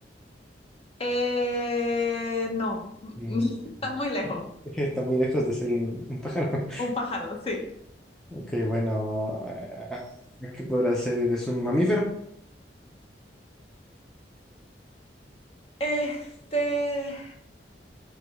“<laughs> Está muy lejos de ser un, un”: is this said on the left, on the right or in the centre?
Centre